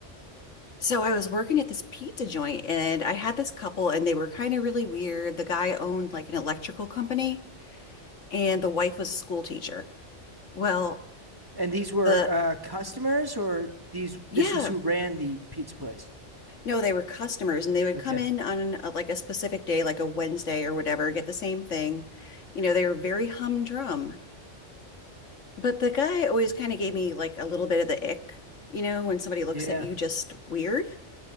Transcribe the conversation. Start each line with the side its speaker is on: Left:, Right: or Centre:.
Left: So I was working at this pizza joint and I had this couple and they were kind of really weird. The guy owned like an electrical company and the wife was a school teacher. Well,
Right: And these were
Left: the
Right: uh customers or these this
Left: yeah,
Right: was who ran the pizza place.
Left: no, they were customers and they would
Right: Okay.
Left: come in on an, uh, like a specific day, like a Wednesday or whatever, get the same thing. You know, they were very humdrum. But the guy always kind of gave me like a little bit of the ick, you know, when somebody looks
Right: Yeah.
Left: at you just weird.